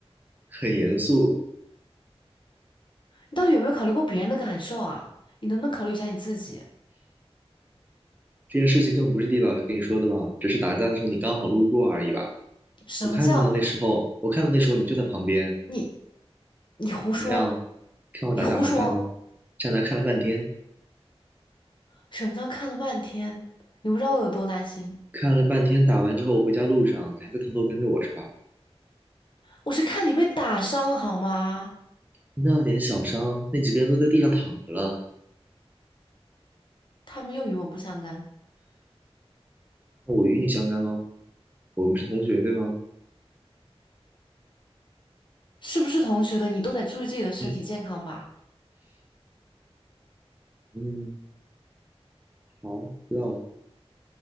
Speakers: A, on the right; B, on the left.
A: 很严肃。
B: 你到底有没有考虑过别人的感受啊？你能不能考虑一下你自己？
A: 这件事情更不是地老师跟你说的吧？只是打架的时候你刚好路过而已吧？
B: 什么叫
A: 我看到那时候，我看到那时候你就在旁边，
B: 你你胡说？
A: 怎么样？看我打架好看吗？
B: 你胡说！
A: 站那看了半天，
B: 什么叫看了半天？你不知道我有多担心，
A: 看了半天，打完之后回家路上你还在偷偷跟着我是吧？
B: 我是看你被打伤了好吗？
A: 那点小伤，那几个人都在地上躺着了，
B: 他们又与我不相干，
A: 那我与你相干喽。我们是同学，对吗？
B: 是不是同学的你都得注意自己的身体健康吧？
A: 嗯嗯，好，知道了。